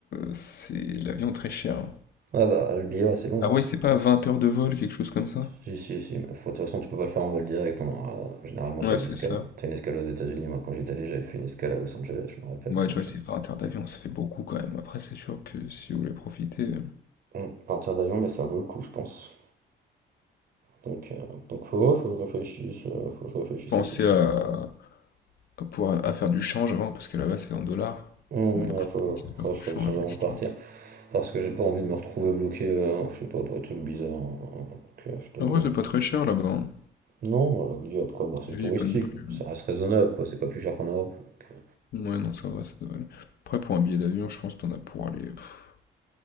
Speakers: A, on the left; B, on the right.
A: c'est l'avion très cher. hein.
B: Ah bah, le billet, ouais, c'est long.
A: Hawaï, c'est pas 20 heures de vol, quelque chose comme ça?
B: Si, si, si. mais faut- de toute façon, tu peux pas le faire en vol direct. On aura... Généralement,
A: Ouais,
B: t'as une
A: c'est
B: escale.
A: ça.
B: T'as une escale aux États-Unis. Moi, quand j'étais allé, j'avais fait une escale à Los Angeles, je me rappelle.
A: Ouais,
B: Donc,
A: tu vois, c'est 20 heures d'avion, ça fait beaucoup quand même. Après, c'est sûr que si vous voulez profiter.
B: euh, mm, partir d'avion, mais ça vaut le coup, je pense. Donc, euh, donc faut, ouais, faut que je réfléchisse, euh, faut que je réfléchisse
A: Pensez
B: à tout ça.
A: à, à pouvoir à faire du change avant, parce que là-bas c'est en dollars.
B: Mmh,
A: Donc
B: là,
A: faut
B: faut,
A: penser à faire
B: faut, faut
A: du change,
B: que je change avant
A: etc.
B: de partir. Parce que j'ai pas envie de me retrouver bloqué, euh, je sais pas, pour des trucs bizarres. hein, donc, euh, je t'avoue.
A: En vrai, c'est pas très cher là-bas. hein.
B: Non, voilà, je dis après, bah, c'est
A: La
B: touristique.
A: pas non plus.
B: Ça reste raisonnable, quoi. C'est pas plus cher qu'en Europe. donc, euh,
A: Ouais, non, ça va, ça doit aller. Après, pour un billet d'avion, je pense que t'en as pour aller. pff,